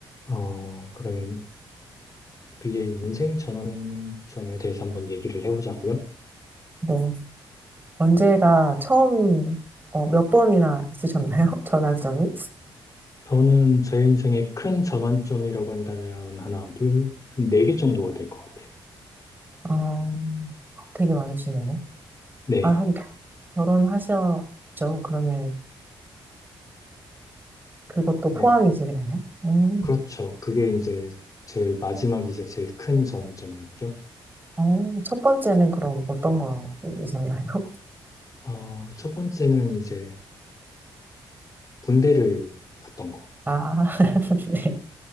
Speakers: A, on the left; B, on the right.
A: 어, 그럼 우리의 인생 전환점에 대해서 한번 얘기를 해보자고요.
B: 네. 언제가 처음, 어, 몇 번이나 있으셨나요? <laughs> 전화성이?
A: 저는 제 인생의 큰 전환점이라고 한다면 하나, 둘, 한 네 개 정도가 될 것 같아요.
B: 어, 되게 많으시네요.
A: 네,
B: 아, 한 결혼하셨죠? 그러면 그것도
A: 네.
B: 포함이 되나요? 음,
A: 그렇죠. 그게 이제 제일 마지막이자 제일 큰 전환점이었죠.
B: 어, 첫 번째는 그럼 어떤 거이셨나요? <laughs>
A: 어, 첫 번째는 이제 군대를 갔던 거.
B: 아, <laughs> 네.